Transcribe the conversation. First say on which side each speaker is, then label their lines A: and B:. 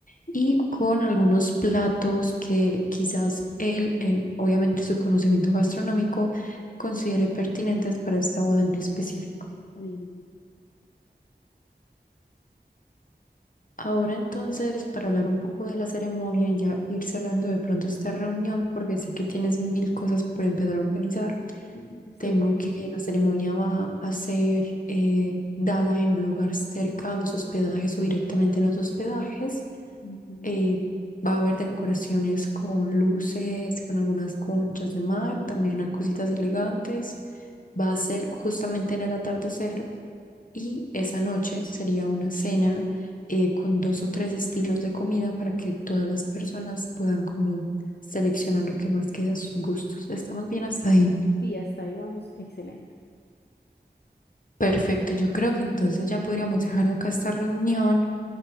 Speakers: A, on the left (about 50°); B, on the left (about 70°).
A: y con algunos platos que quizás él, en, obviamente su conocimiento gastronómico, considere pertinentes para esta boda en específico.
B: li-
A: Ahora entonces, para hablar un poco de la ceremonia y ya ir cerrando de pronto esta reunión, porque sé que tienes mil cosas por empezar a organizar,
B: li- Estoy
A: tengo
B: muy emocionada.
A: que la ceremonia va a ser eh, dada en un lugar cerca a los hospedajes o directamente en los hospedajes.
B: Ujú.
A: Eh, va a haber decoraciones con luces, con algunas conchas de mar, también hay cositas elegantes. Va a ser justamente en el atardecer y esa noche sería una cena eh, con dos o tres estilos de comida para que todas las personas puedan como seleccionar lo que más quede a sus gustos. ¿Estamos bien hasta ahí?
B: Sí, hasta ahí vamos, excelente.
A: Perfecto, yo creo que entonces ya podríamos dejar acá esta reunión